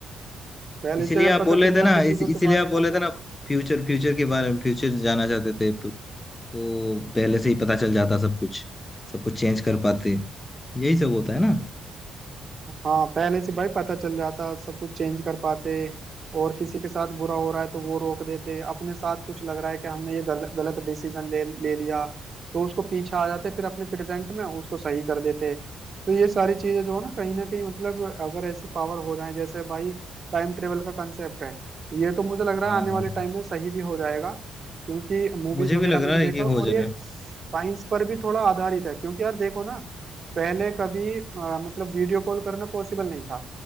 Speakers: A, on the right; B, on the left.
A: पहले
B: इसीलिए
A: से अगर
B: आप
A: पता
B: बोल रहे
A: चल
B: थे
A: जाता
B: ना इस,
A: चीजों के
B: इसीलिए
A: बारे
B: आप बोल
A: में तो
B: रहे थे ना फ्यूचर फ्यूचर के बारे में फ्यूचर जाना चाहते थे प- तो पहले से ही पता चल जाता सब कुछ सब कुछ चेंज कर पाते यही सब होता है ना
A: हाँ पहले से भाई पता चल जाता सब कुछ चेंज कर पाते और किसी के साथ बुरा हो रहा है तो वो रोक देते अपने साथ कुछ लग रहा है कि हमने ये गल, गलत डिसीजन ले ले लिया तो उसको पीछे आ जाते फिर अपने प्रेजेंट में उसको सही कर देते तो ये सारी चीजें जो है ना कहीं ना कहीं मतलब अगर ऐसी पावर हो जाए जैसे भाई टाइम ट्रेवल का कंसेप्ट है ये तो मुझे लग
B: हाँ
A: रहा है आने
B: हाँ
A: वाले टाइम में सही भी हो जाएगा क्योंकि मूवीज
B: मुझे
A: वगैरह
B: भी लग
A: में
B: रहा
A: भी देखा
B: है कि
A: और
B: हो जा रहा
A: ये
B: है
A: साइंस पर भी थोड़ा आधारित है क्योंकि यार देखो ना पहले कभी अ, मतलब वीडियो कॉल करना पॉसिबल नहीं था